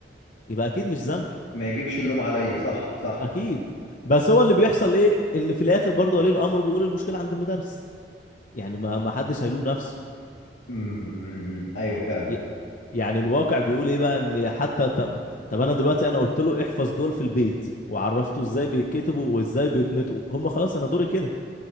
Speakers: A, on the left; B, on the left.
A: يبقى اكيد مش ذنبي
B: ما يجيبش اللوم عليا صح صح
A: اكيد بس هو اللي بيحصل ايه ان في الاخر برضه ولي الامر بيقول المشكله عند المدرس يعني ما ما حدش هيلوم نفسه
B: امم أمم، أمم. ايوه فعلا
A: ي- يعني الواقع بيقول ايه بقى ان حتى طب طب انا دلوقتي انا قلت له احفظ دول في البيت وعرفته ازاي بيتكتبوا وازاي بيتنطقوا هم خلاص انا دوري كده